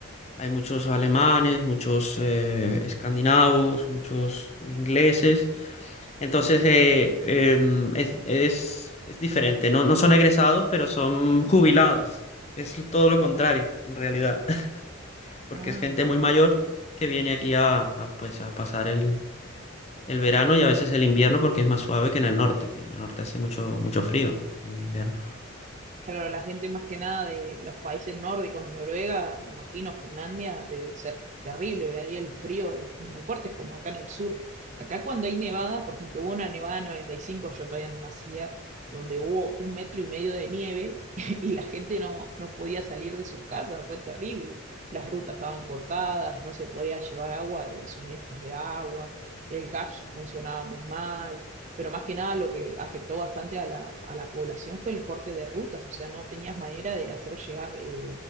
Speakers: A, on the left; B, on the right.
A: Hay muchos alemanes, muchos eh, escandinavos, muchos ingleses. Entonces eh, em, es, es, es diferente. No, no son egresados, pero son jubilados. Es todo lo contrario, en realidad. porque
B: Ah.
A: es gente muy mayor que viene aquí a, a, pues, a pasar el, el verano y a veces el invierno porque es más suave que en el norte, que en el norte hace mucho, mucho frío en invierno.
B: Claro, la gente más que nada de los países nórdicos, de Noruega, me imagino, Finlandia, debe ser terrible, ¿verdad? ahí el frío es, es muy fuerte, es como acá en el sur. Acá cuando hay nevadas, por ejemplo, hubo una nevada en 95, yo todavía no nacía, donde hubo un metro y medio de nieve <laughs> y la gente no, no podía salir de sus casas, fue terrible. Las rutas estaban cortadas, no se podía llevar agua, de suministros de agua, el gas funcionaba muy mal pero más que nada lo que afectó bastante a la, a la población fue el corte de rutas, o sea, no tenías manera de hacer llegar eh,